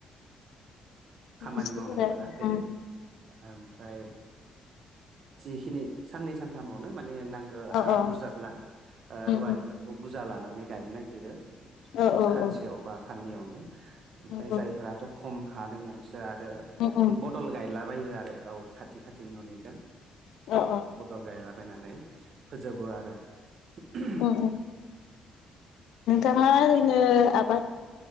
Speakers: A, on the right; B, on the left.
A: खामानि
B: मानसिफोरा
A: मावनायफोरा
B: उम
A: बेनो। ओमफ्राय जिखिनि साननै सानथामावनो माने नां
B: अ
A: हा
B: उम
A: बुरजाब्ला रुवानिफोरखौ
B: उम
A: बुरजा लानानै गायनो नागिरो। ओमफ्राय
B: औ
A: खेबसे
B: औ
A: सानसेयाव
B: औ
A: बा साननैयावनो ओमफ्राय
B: नंगौ
A: जायफोराथ' खम हा दङ बिसोर आरो
B: उम उम
A: बे बदल गायलाबायो आरो गाव खाथि खाथि न'निजों
B: अ अ।
A: बदल गायलाबायायनानै फोजोबो आरो ।
B: अ अ। नोंथाङा ओरैनो आबाद